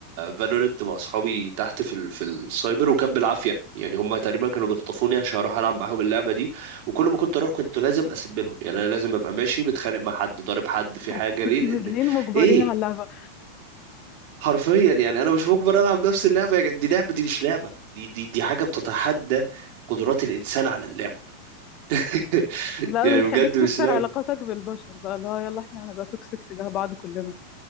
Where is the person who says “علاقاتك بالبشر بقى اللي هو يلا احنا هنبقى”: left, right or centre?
Left